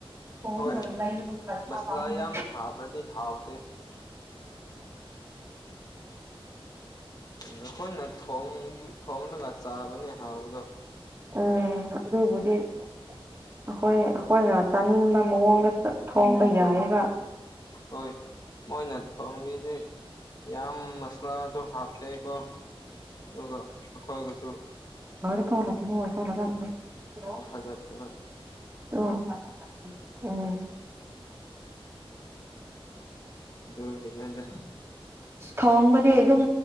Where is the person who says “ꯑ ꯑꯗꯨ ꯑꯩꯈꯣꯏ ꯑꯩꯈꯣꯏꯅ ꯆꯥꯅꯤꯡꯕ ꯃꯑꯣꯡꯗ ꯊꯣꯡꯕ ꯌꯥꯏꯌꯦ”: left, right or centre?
Right